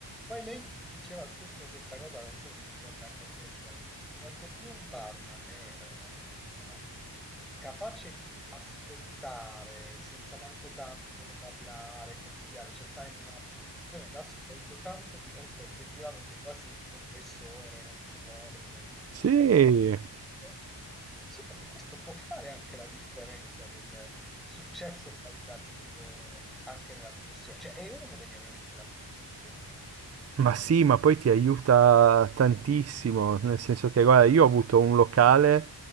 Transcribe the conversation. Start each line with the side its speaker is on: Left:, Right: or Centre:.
Centre: Poi lei mi diceva spesso questa cosa, non so se ti torna anche a te, Emiliano, quanto più un barman è, eh, diciamo, capace di ascoltare senza manco tanto parlare, consigliare, cioè sta in una posizione d'ascolto, tanto diventa effettivamente quasi un confessore, uno psicologo.
Right: Sì,
Centre: E, e- e mi diceva che questo può fare anche la differenza del successo qualitativo anche nella professione, cioè è uno degli elementi della professione, vero?
Right: ma sì, ma poi ti aiuta tantissimo, nel senso che, guarda, io ho avuto un locale